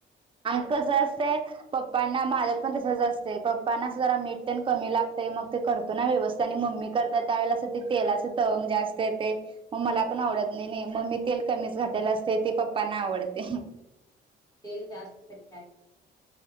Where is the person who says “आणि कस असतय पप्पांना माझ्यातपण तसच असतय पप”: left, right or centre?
Right